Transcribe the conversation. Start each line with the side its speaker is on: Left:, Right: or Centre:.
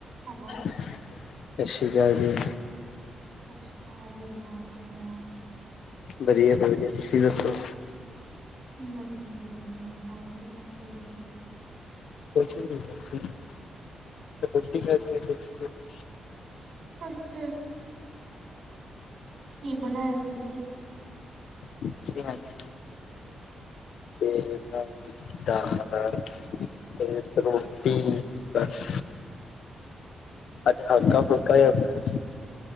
Right: Hello.
Left: ਸਤਿ ਸ੍ਰੀ ਅਕਾਲ ਜੀ।
Right: ਸਤਿ ਸ਼੍ਰੀ ਅਕਾਲ ਜੀ, ਹੋਰ ਕਿਵੇਂ ਹੋ?
Left: ਵਧੀਆ ਭੈਣ ਜੀ ਵਧੀਆ, ਤੁਸੀਂ ਦੱਸੋ।
Right: ਵਧੀਆ ਜੀ ਵਧੀਆ, ਹੋਰ ਕੀ ਕਰਦੇ ਸੀ?
Left: ਕੋੱ <unintelligible>
Right: ਅੱਛਾ। ਕੀ ਬਣਾਇਆ ਸੀ ਜੇ?
Left: ਸਤਿ ਸ਼੍ਰੀ ਅਕਾਲ ਜੀ ਕੀ ਹਾਲ ਤੁਹਾਡਾ? ਤੇ <unintelligible> ਦਾਲ ਦੇ ਨਾਲ ਇਕ ਰੋਟੀ ਬਸ।
Right: <inaudible>
Left: ਅੱਜ ਹਲਕਾ-ਫੁਲਕਾ
Right: ਅੱਛਾ
Left: ਹੀ ਬਣਾਇਆ ਸੀ।